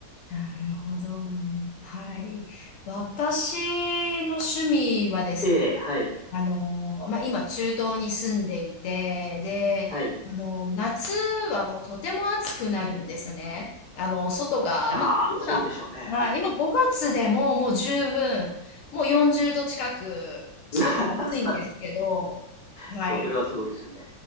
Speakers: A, on the left; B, on the left.
A: なるほど。はい。私の趣味はですね、
B: ええ、はい、
A: あの、まあ、今中東に住んでいて、で、
B: はい。
A: あの、夏はもうとても暑くなるんですね。あの、外が、
B: ああ、
A: まあ、今、
B: そうでしょうね。
A: まあ、
B: はい。
A: 今5月でももう十分、もう40度近く、
B: <laughs> うわー
A: すごく暑いんですけど、はい。
B: それはすごいですね。